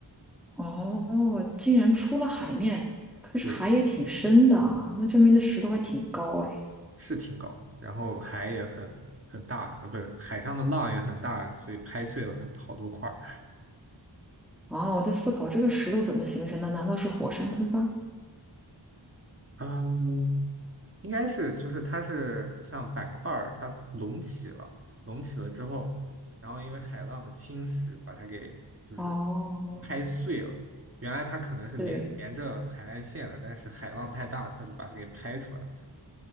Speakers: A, in the centre; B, on the right (about 30°).
A: 哦，竟然出了海面，可是海也挺深的啊，
B: 对，
A: 那证明那石头还挺高哎。
B: 是挺高，然后海也很很大，呃，不是海上的浪也很大，所以拍碎了很好多块儿。
A: 啊，我在思考这个石头怎么形成的？难道是火山喷发？
B: 嗯，应该是就是它是像板块儿，它隆起了，隆起了之后，然后因为海浪的侵蚀把它给就是
A: 哦，
B: 拍碎了。原来它可能是连连着海岸线的，
A: 对，
B: 但是海浪太大，它就把它给拍出来了。